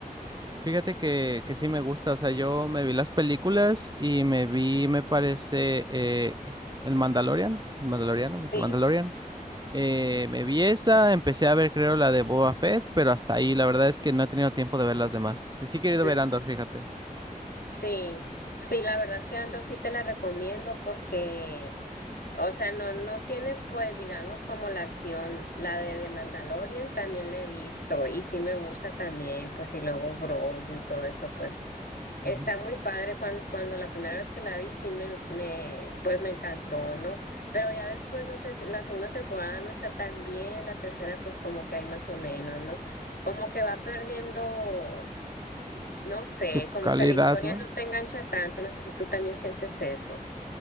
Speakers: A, on the right (about 30°); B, on the left (about 90°).
A: Fíjate que, que sí me gusta, o sea, yo me vi las películas y me vi, me parece, eh, El Mandalorian, El Mandaloriano,
B: Sí.
A: The Mandalorian. Eh, me vi esa, empecé a ver creo la de Boba Fett, pero hasta ahí, la verdad es que no he tenido tiempo de ver las demás. Y sí he querido
B: Mm,
A: ver Andor, fíjate.
B: Sí, sí, la verdad que Andor sí te la recomiendo porque O sea, no, no tiene, pues, digamos, como la acción, la de The Mandalorian también le he visto y sí me gusta también, pues, y luego Grogu y todo eso, pues, está
A: Ujú.
B: muy padre cuando, cuando la primera vez que la vi, sí me, me, pues, me encantó, ¿no? Pero ya después, no sé, si la segunda temporada no está tan bien, la tercera, pues, como que hay más o menos, ¿no? Como que va perdiendo, no sé,
A: Su
B: como
A: calidad,
B: que la historia
A: ¿no?
B: no te engancha tanto, no sé si tú también sientes eso.